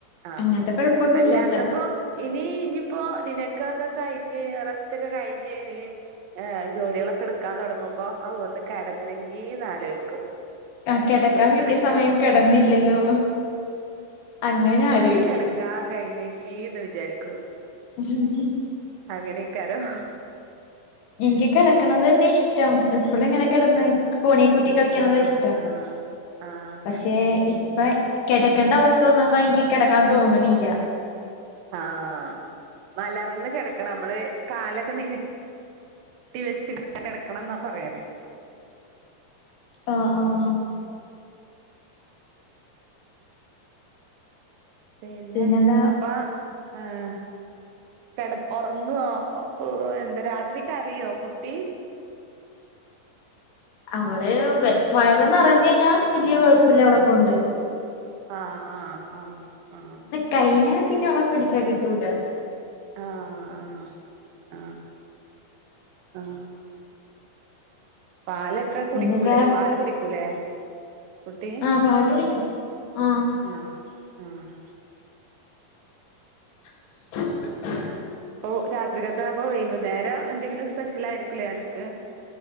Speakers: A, on the right; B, on the left.
A: ആഹ്
B: അങ്ങനത്തെ കൊഴപ്പൊന്നുല്ലാട്ടാ
A: അല്ലാത്തപ്പോ ഇനി ഇനി ഇപ്പൊ നിനക്ക് ഒക്കെ കഴിഞ്ഞ് റസ്റ്റ് ഒക്കെ കഴിഞ്ഞ് നീ ഏഹ് ജോലികളൊക്കെ എടുക്കാൻ തുടങ്ങുമ്പോ, ആവൂ ഒന്ന് കിടന്നെങ്കിന്ന് ആലോചിക്കും.
B: ആഹ് കിടക്കാൻ
A: ഒന്ന്
B: കിട്ടിയ
A: കിടക്ക,
B: സമയം കിടന്നില്ലല്ലോ അങ്ങനെ ആലോയിക്കും
A: ഒന്ന് കിടക്ക ക്കാൻ കഴിഞ്ഞെങ്കിന്ന് വിചാരിക്കും.
B: <inaudible>
A: അങ്ങനെ ആയിരിക്കും.
B: എനിക്ക് കിടക്കണത് തന്നെ ഇഷ്ടം. എപ്പോള ഇങ്ങനെ കിടന്ന് ഫോണി കുത്തി കളിക്കണ
A: ആഹ്
B: ഇഷ്ട്ടം
A: ആഹ് ആഹ്
B: പക്ഷേ ഇ ഇപ്പ കിടക്കണ്ട അവസ്ഥ വന്നപ്പ, എനിക്ക് കിടക്കാൻ തോന്നണില്ല.
A: ആഹ് മലർന്ന് കിടക്കണം മ്മള് കാലൊക്കെ നീ ട്ടി വെച്ചിങ്ങനെ കെടക്കണം എന്നാ പറയല്.
B: ആഹ് ആഹ്
A: പിന്നെ
B: പിന്നെന്താ
A: അപ്പൊ ആഹ് കിടന്നോ, ഉറങ്ങുവോ, എന്താ രാത്രി കരയോ കുട്ടി?
B: അവള് വ വയറ നിറഞ്ഞ കഴിഞ്ഞ വല്യ കുഴപ്പല്ല അവളെക്കൊണ്ട്.
A: ആഹ് ആഹ് ആഹ് ആഹ്
B: കൈന പിന്നോളപ്പിടിച്ച കിട്ടൂല.
A: ആഹ് ആഹ് ആഹ് ആഹ് പാലൊക്കെ കുടിക്കൂലേ,
B: പിന്നെന്താ
A: പാല് കുടിക്കൂലേ? കുട്ടി
B: ആഹ്, പാല് കുടിക്കും, ആഹ്.
A: ആഹ്, ആഹ്
B: <inaudible>
A: ഓ രാത്രി കത്തപ്പൊ വൈകുന്നേരം എന്തെങ്കിലും സ്പെഷ്യലാ യിരിക്കൂലെ അനക്ക്?